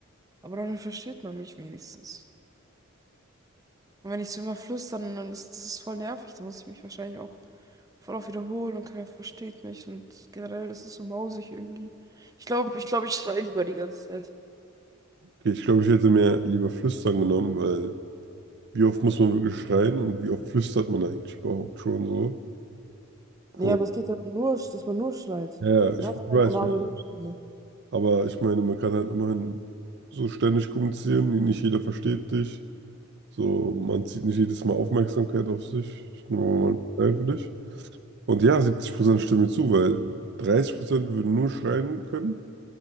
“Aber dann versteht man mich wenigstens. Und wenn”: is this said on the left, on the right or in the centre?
Right